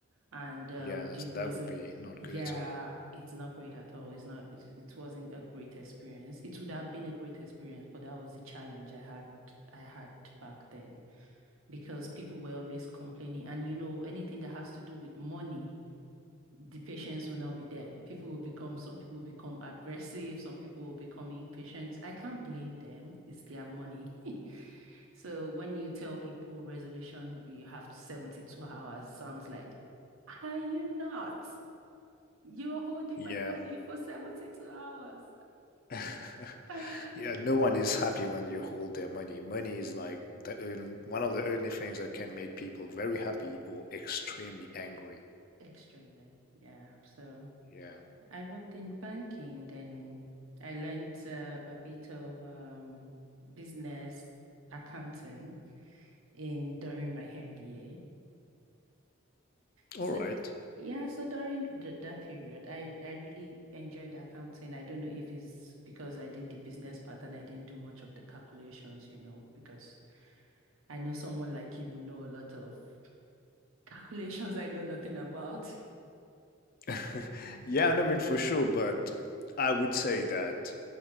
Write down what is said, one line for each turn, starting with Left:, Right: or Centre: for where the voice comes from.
Right: and um,
Left: Yeah, that's
Right: the result.
Left: that would be not
Right: Yeah,
Left: good at all.
Right: it's not great at all. It's not, it, it wasn't a great experience. It would have been a great experience, but that was the challenge I had I had back then because people were always complaining. And you know, anything that has to do with money, the patients will not be there. People will become, some people will become aggressive, some people will become impatient. I can't blame them. It's their money. <laughs> So when you tell people resolution, you have 72 hours, sounds like, are you not? You're holding
Left: Yeah.
Right: my money for 72 hours.
Left: <laughs>
Right: <laughs>
Left: Yeah, no one is happy when you hold their money. Money is like the only, one of the only things that can make people very happy or extremely angry.
Right: Extremely. Yeah. So.
Left: Yeah.
Right: I worked in banking, then I learnt uh, a bit of um, business accounting in during my MBA. So
Left: All right.
Right: yeah, so during th that period, I I really enjoyed accounting. I don't know if it's because I did the business part and I didn't do much of the calculations, you know, because I know someone like you would know a lot of <laughs> calculations I know nothing about. <laughs>
Left: <laughs> Yeah, and I mean for sure, but I would say that